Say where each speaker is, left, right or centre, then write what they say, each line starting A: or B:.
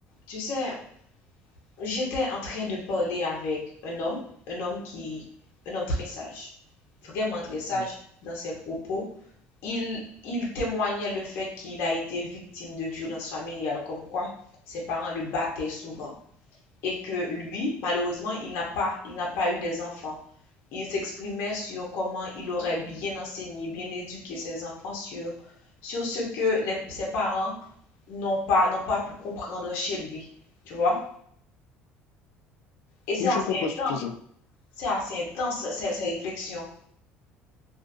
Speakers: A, on the left; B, on the left.
A: Tu sais, j'étais en train de parler avec un homme, un homme qui, un homme très sage, vraiment très sage
B: Mhm.
A: dans ses propos. Il, il témoignait le fait qu'il a été victime de violences familiales, comme quoi ses parents le battaient souvent. Et que lui, malheureusement, il n'a pas, il n'a pas eu des enfants. Il s'exprimait sur comment il aurait bien enseigné, bien éduqué ses enfants sur, sur ce que les- ses parents n'ont pas, n'ont pas pu comprendre chez lui, tu vois? Et c'est
B: Oui,
A: assez
B: je comprends
A: intense,
B: ce que tu dis.
A: c'est assez intense ces, ces réflexions.